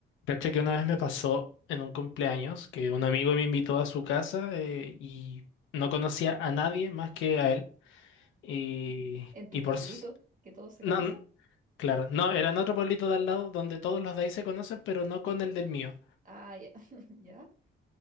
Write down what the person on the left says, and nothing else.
Cacha que una vez me pasó en un cumpleaños que un amigo me invitó a su casa eh, y no conocía a nadie más que a él. Y,
y
por s-
No,
n- claro, no, era en otro pueblito de al lado donde todos los de ahí se conocen, pero no con el del mío.